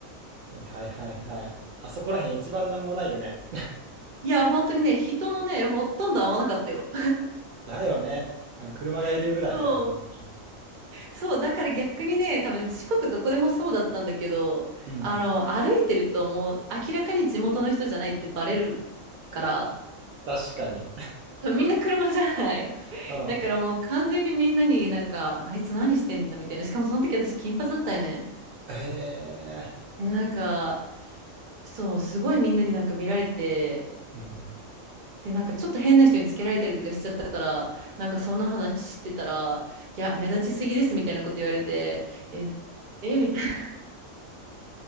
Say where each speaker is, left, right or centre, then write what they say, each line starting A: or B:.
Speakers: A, on the right (about 75°); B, on the right (about 45°).
A: はいはいはいはい。あそこら辺一番なんもないよね。
B: いや、本当にね、人もね、ほとんど会わなかったよ。
A: だよね。うん車がいるぐらいだよ、
B: <laughs> そう。
A: 本当に。
B: そう。だから逆にね、多分四国どこでもそうだったんだけど、
A: うん。
B: あの、歩いてるともう明らかに地元の人じゃないってバレるから、
A: 確かに。
B: みんな車じゃない。
A: <laughs>
B: <laughs>
A: うん。
B: だからもう完全にみんなになんか、あいつ何してんだみたいな。しかもその時私金髪だったよね。
A: へえ。
B: でなんか、そう、すごいみんなになんか見られて、
A: うん。
B: で、なんかちょっと変な人につけられたりとかしちゃったから、なんかそんな話してたら、いや、目立ちすぎですみたいなこと言われて、え、え、みたいな。